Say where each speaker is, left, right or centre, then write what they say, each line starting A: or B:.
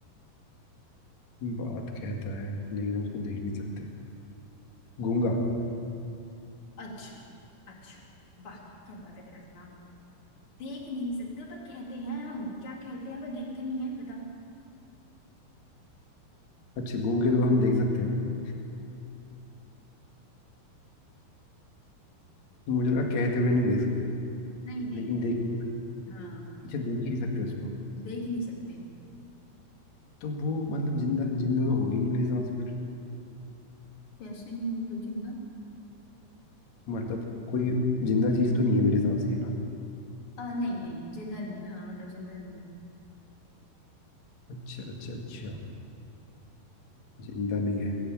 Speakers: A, on the left; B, on the left.
A: बात कहता है लेकिन हम उसको देख नहीं सकते गूंगा
B: अच्छा अच्छा वाह क्या बात है तेरा दिमाग देख नहीं सकते पर कहते हैं हम क्या कहते हैं पर देखते नहीं है बताओ
A: अच्छा गूंगे तो हम देख सकते हैं ना तो मुझे लगा कहते हुए नहीं देख सकते
B: नहीं नहीं
A: लेकिन देख नहीं सकते
B: हाँ
A: अच्छा देख ही नहीं सकते उसको
B: देख नहीं सकते
A: तो वो मतलब जिंदा जिंदा तो होगी नहीं मेरे हिसाब से फिर
B: कैसे नहीं होंगे कोई जिंदा
A: मतलब कोई जिंदा चीज तो नहीं है मेरे हिसाब से है ना
B: आ, नहीं नहीं जिंदा नहीं है, हाँ मतलब जिंदा नहीं है
A: अच्छा अच्छा अच्छा जिंदा नहीं है